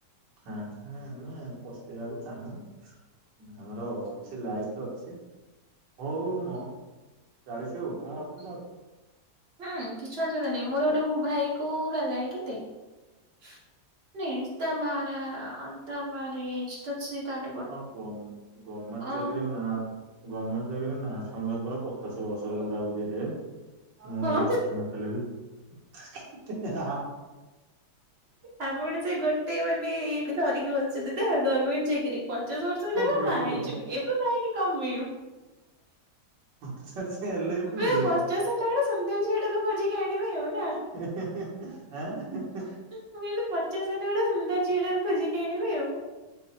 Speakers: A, on the right (about 85°); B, on the right (about 50°).
A: ହଁ ହଁ ଆମେ ପସ୍ତେଇବାକୁ ଚାହୁଁନୁ ଆମର ଅଛି ଲାଇଫ ଅ ଛି ହଉ ମୁଁ ଚାଳିଶ ହଉ କଣ ଅସୁବିଧା ହଉଚି।
B: ହୁଁ କିଛି ଅସୁଵିଧା ନାହିଁ ମୋର
A: ଅଛି
B: ଗୋଟେ ଭାଇକୁ ହେଲାଣି କେତେ? <unintelligible>
A: ହଉ <unintelligible> ଗମେଟ
B: ଅ
A: ଚାକରି ନା। ଗମେଟ ଚାକିରୀ ନାଁ ଶୁଣିଲେ ପରା ପଚାଶ ବର୍ଷର ବୁଢାକୁ ଦେଇଦେବେ। ମୁଣ୍ଡରେ
B: ହଁ।
A: ଚୁଟି ନଥିଲେ ବି ଇ ହି ହା ହା।
B: ଆପଣ ସେ ଗୋଟେ ବୋଲି ଧରିକି ବସିଥିବି ଆଉ ଗଭର୍ଣମେଣ୍ଟ ଚାକିରି ପଚାଶ ବର୍ଷ ହେଲେ ମୁଁ
A: ମିଳିବ
B: ବାହା ହେଇଯିବି ଏବେ ବାହା ହେଇକି କଣ ମିଳିବ।
A: ପଚାଶ ହେଲେ ବି ମିଳିବ।
B: ଏଁ ପଚାଶ ହେଲାବେଳକୁ ସେମିତିଆ ଝିଅଟା ତ ଖୋଜିକି ଆଣିବେ ଆଉ ନାଁ?
A: <unintelligible>
B: ମୁଁ କହିଲି ପଚାଶ ହେଲେ ଗୋଟା ସୁନ୍ଦର ଝିଅଟାକୁ ଖୋଜିକି ଆଣିବି ଆଉ।